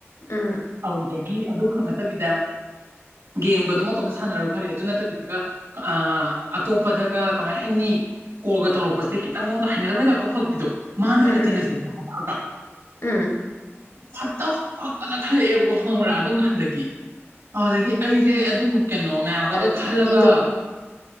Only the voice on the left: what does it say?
ꯎꯝ
ꯎꯝ ꯎꯝ
ꯎꯝ
ꯎꯝ
ꯑꯗ
ꯃꯤꯗꯣ